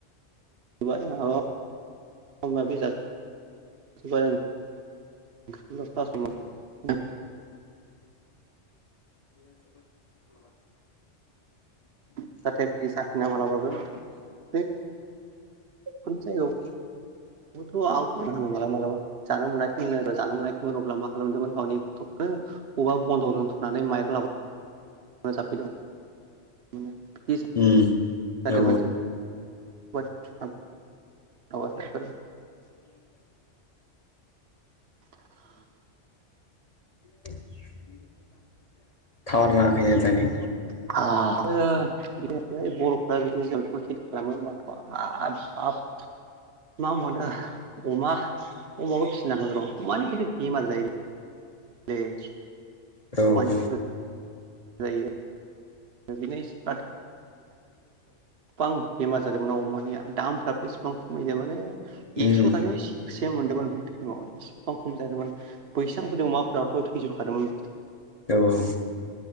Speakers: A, on the right; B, on the left.
A: <unintelligible> <unintelligible>
B: <unintelligible>
A: जाहाथे बे जाफिना मालाबाबो बे <unintelligible> <unintelligible> आवग होनो मालाबा मालाबा जानो मोनाखैमोन जानो मोनाखैमोन अब्ला मा खालामदोंमोन गावनि थ' ओ अबा बन्द' दोनथुनानै माइर लाबो <unintelligible>
B: उम औ
A: <unintelligible>
B: जा <inaudible>
A: <inaudible>
B: जबा ज <inaudible> थावार नाङाखै मोजाङै।
A: <unintelligible> <unintelligible> बर'फ्रा बिदि जों बेखौ खेथि खालामो हबाथ' हाब आब मा होनबावनो अमा अमाबो फिसिनांगौ र' अमानो खिन्थु बेमार जायो <unintelligible>
B: औ
A: स्वाइनफोर
B: औ
A: जायो। बिदिनो <unintelligible> गोबां बेमार जादोंमोना अमानिया दामफ्राबो इसेबां खमायदों माने एकस'
B: उम
A: थाखायावनो सेरसे मोनदोंमोन बे टाइमाव एसे खम खम जादोंमोन। बैसांफोरनि अमाफोराथ' थैजोबखादोंमोन।
B: औ औ